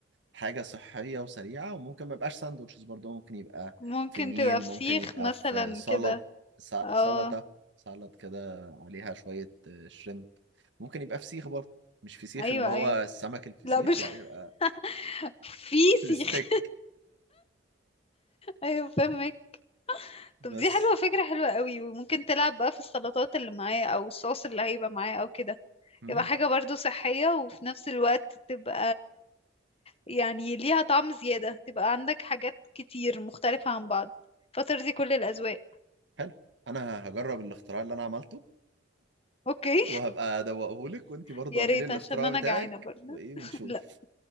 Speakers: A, on the right (about 70°); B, on the left (about 30°).
A: حاجة صحية وسريعة وممكن ما يبقاش ساندوتشز برضه ممكن يبقى
B: ممكن
A: في ميل
B: تبقى فسيخ
A: ممكن يبقى
B: مثلا
A: في سلط
B: كده
A: س-
B: اه
A: سلطة سلط كده عليها شوية آه، شريمب ممكن يبقى فسيخ برضه مش فسيخ
B: ايوه
A: اللي هو
B: ايوه
A: السمك الفسيخ
B: لا مش
A: لا يبقى
B: <laughs> في سيخ
A: <laughs> ستيك
B: ايوه فاهمك
A: بس
B: طب دي حلوه فكره حلوه قوي وممكن تلعب بقى في السلطات اللي معاه او الصوص اللي هيبقى معاه او كده
A: مم.
B: يبقى حاجه برضو صحيه وفي نفس الوقت تبقى يعني ليها طعم زيادة تبقى عندك حاجات كتير مختلفة عن بعض فترضي كل الأذواق
A: حلو انا هجرب الاختراع اللي انا عملته
B: اوكي
A: وهبقى ادوقهولك وانتي
B: <laughs>
A: برضه
B: يا
A: اعملي
B: ريت
A: الاختراع
B: عشان انا
A: بتاعك
B: جعانة برضه
A: وايه ونشوف
B: لا